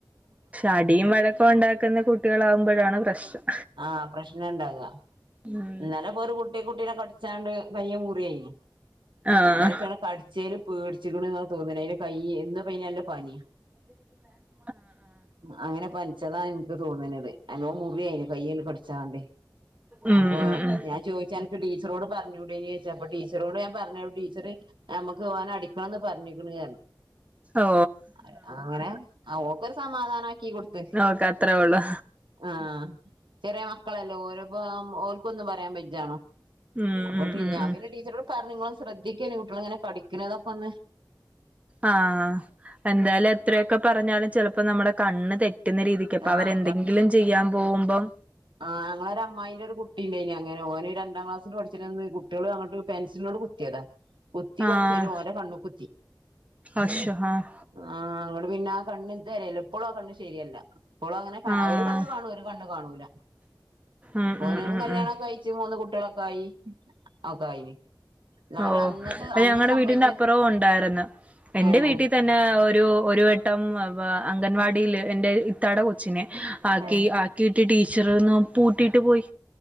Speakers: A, on the right; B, on the right.
A: അടിയും വഴക്കും ഒണ്ടാക്ക്ന്ന കുട്ട്യോളാകുമ്പോഴാണ് പ്രശ്നം.
B: ആഹ് പ്രശ്നൊണ്ടാക്ക
A: ഉം
B: ഇന്നലെ പ്പൊര് കുട്ടി കുട്ടീനെ കടിച്ചാണ്ട് കയ്യ് മുറിയി
A: ആഹ്
B: അതായ് ചാ കടിച്ചേല് പേട്ച്ച്ക്ക്ണ് ന്ന തോന്ന്ണെ അയിന്റെ കയ്യ് ന്ന് ഇപ്പ നല്ല പനിം.
A: ിക്ക <unintelligible>
B: അങ്ങനെ പനിച്ചതാ എനിക്ക് തോന്നണത് നല്ലോംമുറിയയിന് കയ്യന്ന് കടിച്ചണ്ടേ
A: ഉം
B: അപ്പൊ
A: ഉം ഉം
B: ഞാൻ ചോദിച്ചാ അനക്ക് ടീച്ചറോട് പറഞ്ഞൂടേ ചോദിച്ചാ അപ്പ ടീച്ചറോട് ഞാൻ പറഞ്ഞോള അപ്പ ടീച്ചറ് നമ്മക്ക് ഓനടിക്കണംന്ന് പറഞ്ഞിക്ക്ണ്
A: ഓ
B: ന്ന് പർ ഞ്ഞ് ആ ഓക്കൊ ര്യസമാധാനമാക്കി കൊടുത്ത്
A: ഓക്ക് അത്രേ ഉള്ളൂ
B: ആഹ് ചെറിയ മക്കളല്ലെഓരെപ്പം ഓർക്കൊന്നും പറയാൻ ബജ ജ
A: ഉം
B: അപ്പൊ
A: ഉം ഉം
B: ഞാൻ
A: ഉം
B: പിന്നെ ടീച്ചറോട് പറഞ്ഞു ങ്ങ ളൊന്ന്ശ്രദ്ധിക്ക ണ്ടികുട്ടികളിങ്ങനെ പഠിക്കണക്കൊന്ന്
A: ആഹ എന്തായാലും എത്രയൊക്കെ പറഞ്ഞാലും ചിലപ്പോ നമ്മുടെ കണ്ണ് തെറ്റുന്ന രീതിക്ക് അപ്പൊ
B: ആഹ്
A: അവരെന്തെങ്കിലും ചെയ്യാൻ പോകുമ്പം
B: ആങ്ങളടെ അമായിൻ്റെ ഒരു കുട്ടി ഉണ്ട് ഇനി ആ ഞങ്ങളൊരമ്മായിൻ്റൊരു കുട്ടിണ്ടായിനി ഓന് ഒരു രണ്ടാം ക്ലാസിൽ പടിച്ച് ണന്ന് കുട്ടികൾ അങ്ങോട്ട് പെൻസിലോണ്ട് കുത്തി എടാ കുത്തികളിച്ചയിന്
A: ആഹ്
B: ഓൻ്റെ കണ്ണ് കുത്തി
A: അശോ ആഹ്
B: ആഹ ഇങ്ങട് പിന്നെ ആ കണ്ണ് ഇ തരല്ല ഇപ്പളും ആ കണ്ണ് ശരിയല്ല ഇപ്പോളും അങ്ങനെ ക
A: ആഹ്
B: ഒരു കണ്ണ് കാണൂ ഒരു കണ്ണ് കാണൂല
A: ഉം
B: ഓനും
A: ഉം ഉം
B: കല്യാണക്കെ
A: ഉം
B: കയിച്ച് മൂന്ന് കുട്ടികളൊക്കെ ആയി ഒക്കെ ആയിന് എന്നാലും
A: ഓ
B: അന്നത്തെ
A: അത്
B: അന്ന്
A: ഞങ്ങടെ
B: സംഭവിച്ച
A: വീടിന്റെ അപ്പുറവും ഉണ്ടായിരുന്ന് എന്റെ
B: ഏഹ്
A: വീട്ടിൽ തന് ന്നെ ഒരു ഒരു വട്ടം അംഗൻവാടിയില് എന്റെ ഇത്താടെ കൊച്ചിനെ ആക്കി
B: ഏഹ്
A: ആക്കിയിട്ട് ടീച്ചർന്ന് പൂട്ടിയിട്ട് പോയി